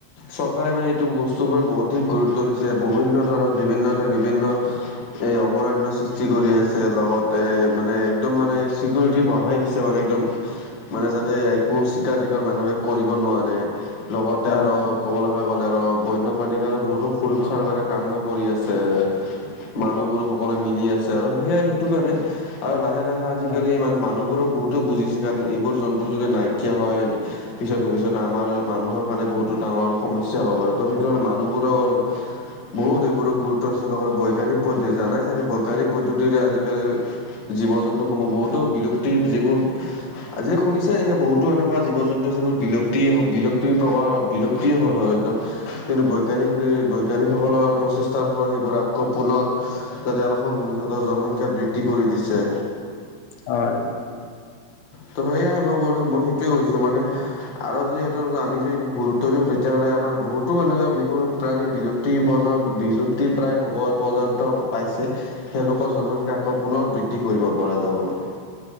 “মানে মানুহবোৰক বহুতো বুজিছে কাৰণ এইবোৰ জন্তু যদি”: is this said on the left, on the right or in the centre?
Left